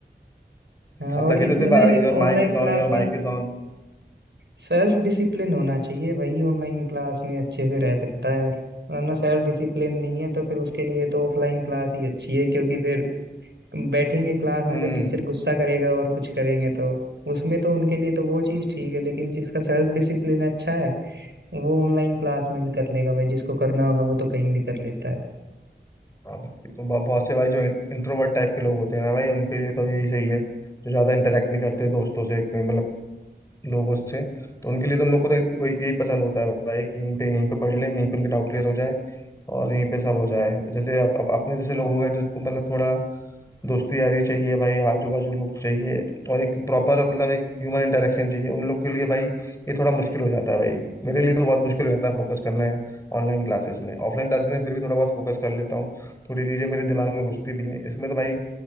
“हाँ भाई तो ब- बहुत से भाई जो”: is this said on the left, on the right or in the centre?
Left